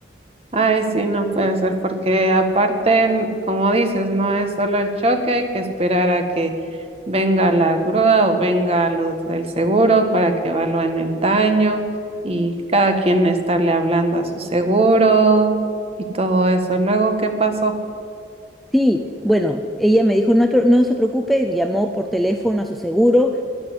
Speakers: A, on the right (about 35°); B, in the centre.
A: Ay, sí, no puede ser, porque aparte, n- como dices, no es solo el choque, hay que esperar a que venga la grúa o venga los del seguro para que evalúen el daño y cada quien estarle hablando a su seguro y todo eso. Luego, ¿qué pasó?
B: Sí, bueno, ella me dijo, no, te- no se preocupe, llamó por teléfono a su seguro,